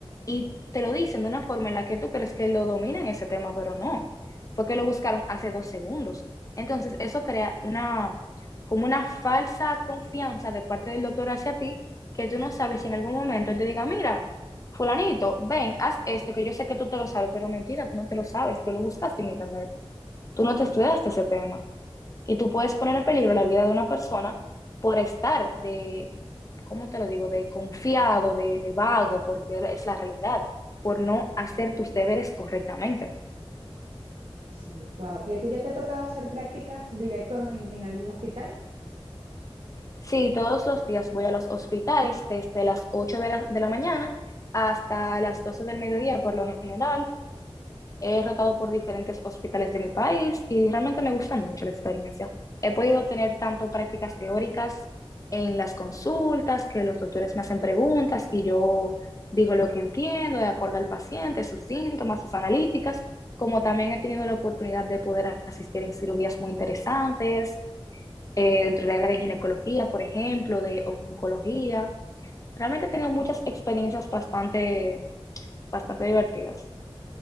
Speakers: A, on the left; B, on the right.
A: y te lo dicen de una forma en la que tú crees que lo dominan ese tema, pero no. Fue que lo buscaron hace dos segundos. Entonces, eso crea una como una falsa confianza de parte del doctor hacia ti, que tú no sabes si en algún momento él te diga, mira, fulanito, ven, haz esto, que yo sé que tú te lo sabes, pero mentira, tú no te lo sabes, tú lo buscaste en internet, tú no te estudiaste ese tema. Y tú puedes
B: Wow.
A: poner en peligro la vida de una persona por estar de, ¿cómo te lo digo?, de confiado, de, de vago, porque es la realidad, por no hacer tus deberes correctamente.
B: Sí, wow. ¿Y a ti ya te ha tocado hacer prácticas directas en en algún hospital?
A: Sí, todos los días voy a los hospitales desde las 8 de la, de la mañana hasta las 12 del mediodía por lo general. He rotado por diferentes hospitales de mi país y realmente me gusta mucho la experiencia. He podido tener tanto prácticas teóricas en las consultas, que los doctores me hacen preguntas y yo digo lo que entiendo de acuerdo al paciente, sus síntomas, sus analíticas, como también he tenido la oportunidad de poder asistir en cirugías muy interesantes eh, dentro del área de ginecología, por ejemplo, de oncología. Realmente he tenido muchas experiencias bastante, bastante divertidas.